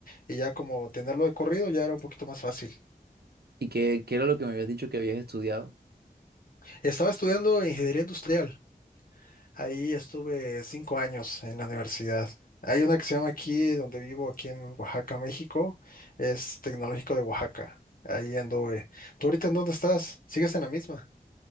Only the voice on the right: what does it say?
¿Y qué, qué era lo que me habías dicho que habías estudiado?